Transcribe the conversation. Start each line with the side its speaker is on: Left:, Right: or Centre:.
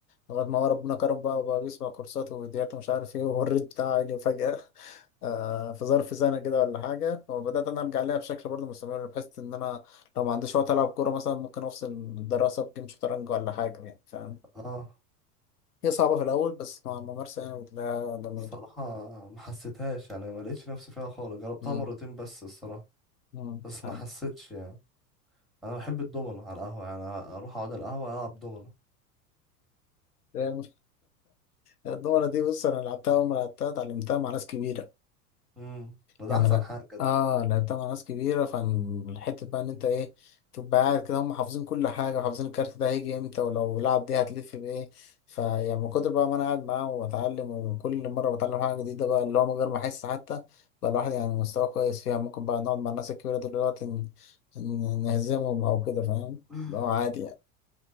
Left: لغايه ما هو ربنا كرم بقى وبقى بيسمع كورسات وفيديوهات ومش عارف ايه والريت بتاعه عالي فجأة <laughs> آه في ظرف سنه كده ولا حاجه وبدأت انا ارجع لها بشكل برضه مستمر بحيث ان انا لو ما عنديش وقت العب كوره مثلا ممكن افصل الدراسه بجيم شطرنج ولا حاجه يعني فاهم
Centre: اه
Left: هي صعبة في الأول بس مع الممارسة يعني بتلاقيها جميلة
Centre: الصراحه ما حسيتهاش يعني ما لقيتش نفسي فيها خالص جربتها
Left: مم.
Centre: مرتين بس الصراحه
Left: مم.
Centre: بس
Left: حلو
Centre: ما حسيتش يعني انا بحب الدومينو على القهوه يعني اروح اقعد على القهوه العب دومينو
Left: آه، الدومنة <laughs> دي بص أنا لعبتها أول ما لعبتها اتعلمتها مع ناس كبيرة
Centre: امم وده
Left: يعني
Centre: احسن
Left: لا
Centre: حاجه
Left: آه
Centre: ده
Left: لعبتها مع ناس كبيرة فالحتة بقى إن أنت إيه تبقى قاعد كده هم حافظين كل حاجة حافظين الكارت ده هيجي إمتى ولو لعب دي هتلف بإيه فيعني من كتر بقى ما أنا قاعد معاهم وبتعلم وكل مرة بتعلم حاجة جديدة بقى اللي هو من غير ما أحس حتى بقى الواحد يعني مستواه كويس فيها ممكن بقى نقعد مع الناس الكبيرة دول دلوقتي ن- ن- نهزمهم أو كده فاهم
Centre: <laughs>
Left: اللي هو عادي يعني